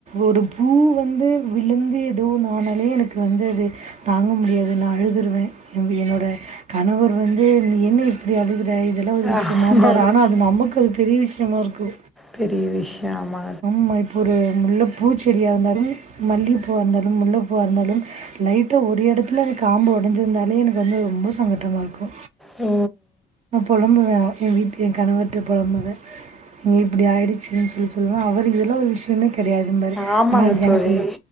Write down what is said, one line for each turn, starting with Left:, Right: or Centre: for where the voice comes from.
Right: ஒரு பூ வந்து விழுந்து ஏதோ ஒண்ணு ஆனாலே எனக்கு வந்து அது தாங்க முடியாது நா அழுதுருவே என்னோட கணவர் வந்து நீ என்ன இப்டி அழுகுற இதெல்லா ஒரு விஷயமாம்பாரு
Centre: ஆமா.
Right: ஆனா அது நமக்கு அது பெரிய விஷயமா இருக்கு
Centre: பெரிய விஷயோ ஆமா
Right: ஆமா இப்ப ஒரு முல்லப் பூச்செடியா இருந்தாலும் மல்லிகப்பூவா இருந்தாலும் முல்லப்பூவா இருந்தாலும் லைட்டா ஒரு இடத்துல அந்த காம்பு ஒடஞ்சிருந்தாலே எனக்கு வந்து ரொம்ப சங்கட்டமா இருக்கு
Centre: ஓ
Right: நா பொழம்புவே எ வீட் எ கணவர்ட்ட புழம்புவே இங்க இப்டி ஆயிடுச்சுன்னு சொல்லி சொல் சொல்லுவே அவர் இதெல்லா ஒரு விஷ்யமே கெடையாதும்பாரு
Centre: ஆமாங்க
Right: ஆனா அது
Centre: தோழி.
Right: எனக்கு